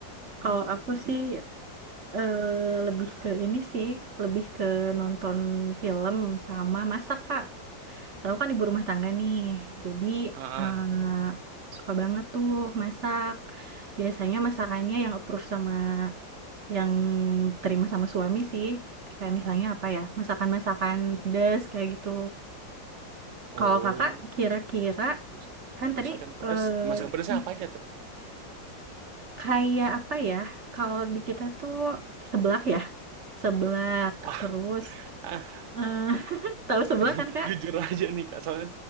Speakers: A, on the right; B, on the right.
A: Kalau aku sih eh, lebih ke ini sih, lebih ke nonton film sama masak kak. Kalau aku kan ibu rumah tangga nih, jadi
B: Heeh.
A: eh, suka banget tuh masak. Biasanya masakannya yang approve sama yang terima sama suami sih. Kayak misalnya apa ya, masakan-masakan pedas kayak gitu.
B: Oh.
A: Kalau kakak kira-kira
B: Mas-
A: kan tadi
B: Masakan pedas,
A: eh,
B: masakan pedasnya
A: m-
B: apa aja tuh?
A: kayak apa ya? Kalau di kita tuh seblak ya, seblak
B: Wah,
A: terus
B: ah,
A: eh, <laughs> tahu seblak
B: <laughs>
A: kan kak?
B: jujur aja nih Kak, soalnya